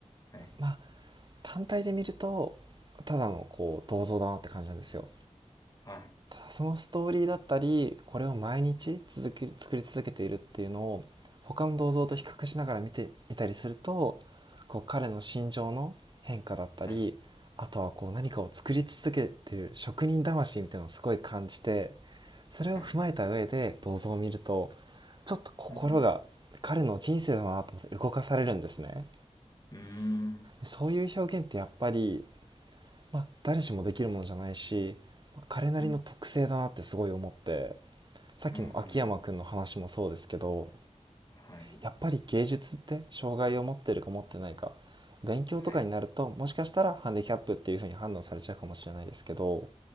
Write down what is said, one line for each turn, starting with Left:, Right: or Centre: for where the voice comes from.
Left: はい。
Right: まあ単体で見るとただのこう銅像だなって感じなんですよ
Left: はい。
Right: そのストーリーだったりこれを毎日続き作り続けているっていうのを他の銅像と比較しながら見てみたりするとこう彼の心情の変化だったりあとはこう何かを作り続けている職人魂みたいなのをすごい感じて
Left: はい。はい。
Right: それを踏まえた上で銅像を見ると
Left: はい。
Right: ちょっと心が彼の人生だなと思って動かされるんですね。
Left: うん。うん。
Right: そういう表現ってやっぱり、まあ、誰しもできるものじゃないし彼なりの特性だなってすごい思って
Left: うん。
Right: さっきの秋山くんの話もそうですけど
Left: うん。はい。
Right: やっぱり芸術って障害を持ってるか持ってないか勉強とかになるともしかしたらハンディキャップっていう風に判断されちゃうかもしれないですけど
Left: はい。